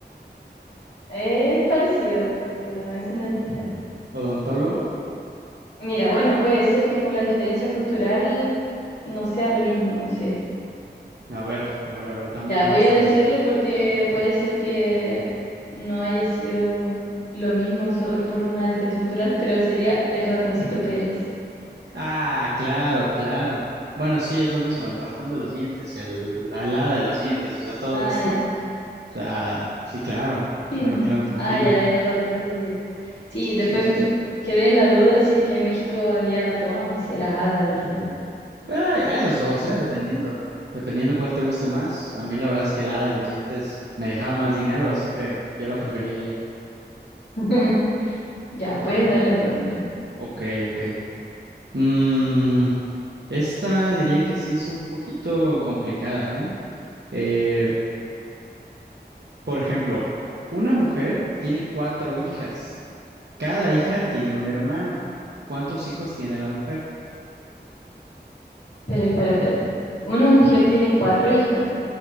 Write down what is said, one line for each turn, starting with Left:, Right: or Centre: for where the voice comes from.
Left: Es parecido, pero no es un dentista.
Right: ¿Odontólogo?
Left: Mira, bueno, puede ser que por la diferencia cultural no sea lo mismo, no sé.
Right: A ver, a ver, a ver, dame
Left: Ya
Right: una
Left: voy
Right: pista
Left: a decirlo porque puede ser que no haya sido lo mismo solo por una diferencia cultural, pero sería el ratoncito Pérez.
Right: Ah, claro, claro. Bueno, sí, es lo mismo, el ratón de los dientes, el, la helada de los dientes, o sea, todo
Left: Ah,
Right: esto.
Left: ya.
Right: O sea, sí, claro, claro,
Left: Ujú.
Right: claro, te entiendo.
Left: Ah, ya era el ratón de los dientes. Sí, después
Right: Sí, sí,
Left: me-
Right: sí.
Left: quedé en la duda si es que en México había ratón o si era hada de los dientes.
Right: Ay, hay los dos, ¿eh? Dependiendo, dependiendo cuál te guste más. A mí la verdad es que la helada de los dientes me dejaba más dinero, así que yo la prefería a ella.
Left: <laughs> Ya, puedes darle entonces tú.
Right: Ok, ok. Mm, esta diría que sí es un poquito complicada, ¿eh? Eh, Por ejemplo, una mujer tiene cuatro hijas. Cada hija tiene un hermano. ¿Cuántos hijos tiene la mujer?
Left: Espera, espera, espera. Una mujer tiene cuatro hijas